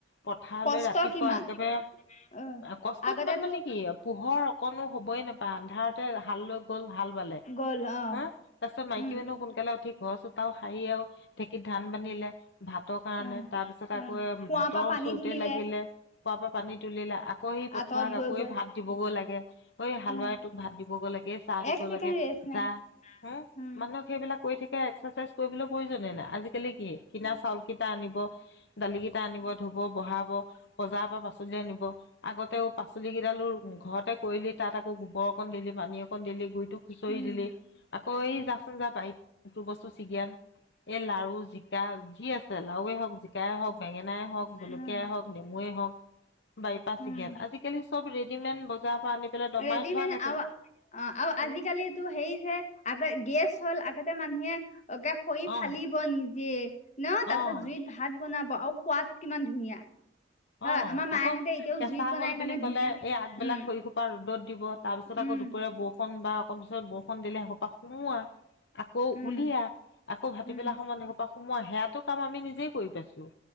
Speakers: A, on the left; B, on the left.
A: পথাৰলৈ
B: কষ্ট
A: ৰাতিপুৱা
B: কিমান
A: একেবাৰে
B: অ
A: কষ্ট
B: আগতেতো
A: কিমান মানে কি পোহৰ অকনো হবই নাপায় আন্ধাৰতে হাল লৈ গ'ল হাল <unintelligible>
B: গ'ল অ
A: হা তাৰ পিছত মাইকী
B: উম
A: মানুহ সোনকালে উঠি ঘৰ চোতাও সাৰি আৰু ঢেঁকিত ধান বান্ধিলে ভাত ভাতৰ কাৰণে
B: অ
A: তাৰ পিছত আকৌ
B: অ কুঁৱাৰ
A: ভাতৰ
B: পৰা
A: ওচৰতে
B: পানী তুলিলে
A: লাগিলে খোৱা পানী তুলিলা আকৌ সি পঠোৱা
B: আঁতৰত গৈ
A: কাকৰে
B: গৈ
A: ভাত দিবগৈ লাগে। ঐ হালোৱাই
B: অ
A: তোক ভাত দিবগৈ লাগে চাহ দিব
B: এক ছেকেণ্ড
A: লাগে
B: ৰেষ্ট নাই
A: জা হ
B: উম।
A: মানুহক সেইবিলাক ক থাকে এক্সাৰচাইজ কৰিবলৈ প্ৰয়োজন নাই আজিকালি কি কিনা চাউল ক কটা আনিব দালি কেইটা আনিব ধুব বহাব। বজাৰ পৰা পাচলি আনিব আগতে পাচলিকেইডালো ঘৰতে কৰিলি তাত আকৌ গোবৰ অকণ দিলি পানী অকণ দিলি গুৰিটো খুচৰি
B: উম,
A: দিলি আকৌ এই যাচোন যা পাৰটো বস্তু ছিগিয়ান এই লাৰু জিকা যি আছে লাাৱৱে হওক জিকাই হওক বেঙেনাই হওক জলকীয়াই
B: উম,
A: হওক নেমুৱে হওক। বাই <unintelligible>
B: উম,
A: আজিকালি চব ৰেডিমেড বস্তু বজাৰ পৰা আনি পেলাই দমাই
B: ৰেডিমেড
A: থোৱা থাকে।
B: আৰু অ আৰু আজিকালিটো
A: উম,
B: হেৰি যে আগ গেছ হ'ল আগতে মানুহে অকে খৰি ফালিব
A: অ',
B: নিজে ন তাৰ
A: অ',
B: পিছত জুইত ভাত বনাব আৰু সোৱাদ কিমান ধুনীয়া। হয়
A: অ
B: আমাৰ মায়েহঁতে
A: আকৌ
B: এতিয়াও
A: কেঁচা
B: জুইত বনাই
A: হল বুলি
B: কাৰণে
A: কলে
B: ধুনীয়া
A: এই আগবিলাক
B: উম,
A: শুই খোপাৰ। ৰ'দত দিব তাৰ পিছত
B: উম,
A: আকৌ দুপৰীয়া বৰষুণ বা অ পিছত বৰষুণ দিলে হেইহুপা সোমোৱা। আকৌ
B: উম,
A: উলিয়া আকৌ ভাটবেলাক
B: উম।
A: সময়ত সেইবিলাক সোমোৱা সেয়াতো কাম আমি নিজেই কৰি পাইছো।